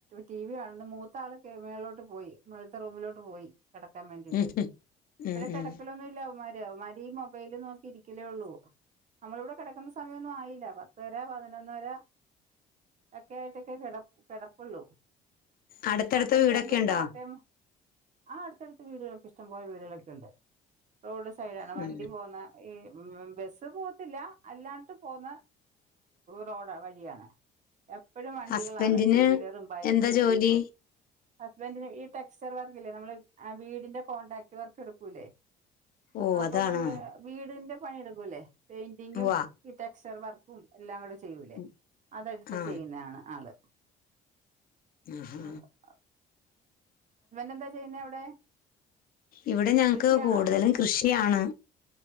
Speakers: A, on the right (about 45°); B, on the left (about 60°).
A: ടി വി കാണണ് മൂത്ത ആൾ മേളിലോട്ട് പോയി റൂമിലോട്ട് പോയി കെടക്കാൻ വേണ്ടീട്ട്
B: ഉം ഉം
A: ഇപ്പഴേ
B: ഉം
A: കെടക്കലൊന്നൂല്ല
B: ഉം.
A: അവന്മാര് ല്ലെയോ അവൻമാരീ മൊബൈല് നോക്കി ഇരിക്കലേയുള്ളൂ നമ്മളിവിടെ കെടക്കുന്ന സമയൊന്നും ആയില്ല പത്തര പതിനൊ നൊന്നര ഒക്കെ ആയിട്ടൊക്കെ കിട കിടപ്പുള്ളൂ
B: അടുത്തടുത്ത
A: മക്കള്
B: വീടൊക്കെ
A: രണ്ടും
B: ഉണ്ടോ
A: പാർടൈം ആ അടുത്തടുത്ത് വീടുകളൊക്കെ ഇഷ്ടം പോലെ വീടുകളൊക്കെ ഒണ്ട് റോഡ്സ് തൈട് ആണ് വണ്ടി
B: ഉം.
A: പോകുന്ന ഈ ബ് ബസ് പോകത്തില്ല അല്ലാണ്ട് പോവുന്ന റോഡാവഴിയാണ് എപ്പോഴും വണ്ടികളാണ്
B: ഹസ്ബൻഡിന്
A: ടു വീലറും ബൈക്കും
B: എന്താ ജോലി
A: ജീപ്പും ഹസ്ബൻഡിന് ഇ ടെക്സ്ചർ വർക്കില്ലേ നമ്മള് വീടിന്റെ കോണ്ടാക്ട് ട്ടു വർക്‌ എടുക്കൂലേ
B: ഓ
A: അപ്പൊ
B: അതാണോ
A: നമ്മള് വീടിന്റെ പണിയെടുക്കൂല്ലേ പെയിന്റിങ്ങും
B: ഉവ്വ
A: ഈ ട്ട ചർവർക്കും എല്ലാം കൂടെ ച് ചെയ്യൂലേ
B: ഉം.
A: അതെടുത്ത്
B: ആ
A: ചെയ്യുന്നതാണ് ആള്
B: ആഹാ.
A: <unintelligible> എന്താ ചെയ്യുന്നേ അവിടെ
B: ഇവിടെ ഞങ്ങക്ക്
A: കൃഷിയാണോ
B: കൂടുതലും കൃഷിയാണ്